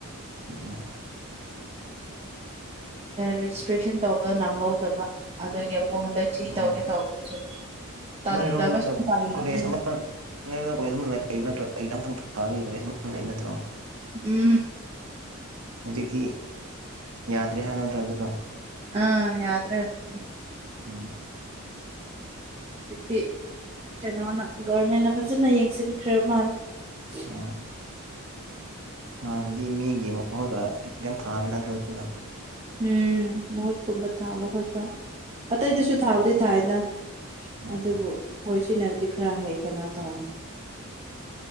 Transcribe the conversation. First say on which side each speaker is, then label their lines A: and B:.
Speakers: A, on the right; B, on the right.
A: ꯑꯣ
B: ꯔꯦꯖꯤꯁꯇ꯭ꯔꯦꯁꯟ ꯇꯧꯕꯗꯣ ꯅꯪꯍꯧꯗꯕ ꯑꯗꯒꯤ ꯑꯃꯨꯛ ꯍꯟꯗꯛ ꯊꯤ
A: ꯑꯣ
B: ꯇꯧꯒꯦ ꯇꯧꯕꯗꯁꯨ ꯇꯜꯂꯕ
A: ꯅꯣꯏꯔꯣꯝꯗ
B: ꯁꯨꯝ ꯇꯜꯂꯕꯅꯤꯅ
A: ꯀꯣꯂꯦꯖ ꯑꯃ ꯅꯔꯣꯝꯗ ꯀꯣꯂꯦꯖ ꯑꯃ ꯂꯩꯌꯦꯕ ꯅꯠꯇ꯭ꯔꯥ ꯠꯇ꯭ꯔꯣ
B: ꯎꯝ
A: ꯍꯧꯖꯤꯛꯇꯤ ꯌꯥꯗ꯭ꯔꯦ ꯍꯥꯏ ꯅꯠꯇ꯭ꯔꯦ ꯑꯗꯨꯗꯣ
B: ꯑꯥ ꯌꯥꯗ꯭ꯔꯦ ꯑꯣꯏꯗꯛꯇꯔꯤ
A: ꯑ
B: ꯍꯧꯖꯤꯛꯇꯤ ꯀꯩꯅꯣꯅ ꯒꯚꯔꯃꯦꯟꯅ ꯐꯖꯅ ꯌꯦꯡꯁꯤꯟꯈ꯭ꯔꯕ ꯃꯥꯜꯂꯦ
A: ꯑ ꯍꯥꯟꯗꯤ ꯃꯤꯒꯤ ꯃꯈꯣꯏꯗ ꯑꯦꯝ ꯊꯥꯕ ꯅꯠꯇ꯭ꯔꯣ ꯑꯗꯨꯗ
B: ꯎꯝ ꯃꯍꯨꯠꯀꯨꯝꯕ ꯊꯥꯕ ꯈꯣꯠꯄ ꯑꯇꯩꯗꯁꯨ ꯊꯥꯕꯨꯗꯤ ꯊꯥꯏꯅ
A: ꯎꯝ
B: ꯑꯗꯨꯕꯨ ꯍꯣꯏ ꯁꯤꯅꯗꯤ ꯈꯔ ꯍꯦꯛ ꯀꯩꯅꯣ ꯇꯧꯅꯤ